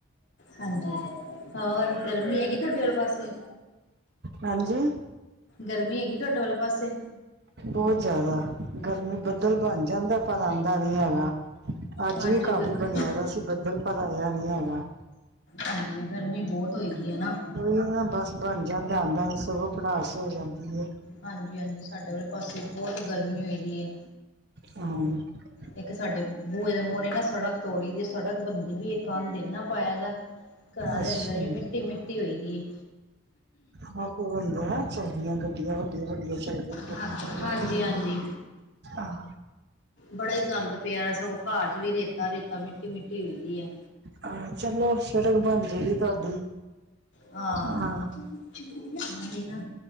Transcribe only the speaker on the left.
ਹਾਂਜੀ ਹੋਰ ਗਰਮੀ ਹੈਗੀ ਤੁਹਾਡੇ ਆਲੇ ਪਾਸੇ?
ਗਰਮੀ ਹੈਗੀ ਤੁਹਾਡੇ ਵਾਲੇ ਪਾਸੇ?
ਹਾਂਜੀ
ਗਰਮੀ
ਹਾਂਜੀ, ਗਰਮੀ ਬੌਤ ਹੋਈ ਦੀ ਏ ਨਾ।
ਹਾਂਜੀ-ਹਾਂਜੀ ਸਾਡੇ ਵਾਲੇ ਪਾਸੇ ਬੋਤ ਗਰਮੀ ਹੋਈ ਦੀ ਏ।
ਇੱਕ ਸਾਡੇ ਬੂਏ ਦੇ ਮੋਹਰੇ ਨਾ, ਸੜਕ ਤੋੜੀ ਦੀ ਏ, ਸੜਕ ਬਣਦੀ ਬੀ ਏ। ਗਾਂਦ ਈਨਾਂ ਪਾਇਆ ਦਾ ਏ, ਘਰਾਂ
ਦੇ ਅੰਦਰ ਵੀ ਮਿੱਟੀ-ਮਿੱਟੀ ਹੋਈ ਦੀ ਏ।
ਹਾਂਜੀ
ਹਾਂਜੀ
ਬੜਾ ਈ ਗੰਦ ਪਿਆ, ਸਗੋਂ ਘਰ ਚ ਵੀ ਰੇਤਾ-ਰੇਤਾ, ਮਿੱਟੀ-ਮਿੱਟੀ ਹੋਈਦੀ ਏ।
ਆਂ,
ਓਹੀ ਨਾ।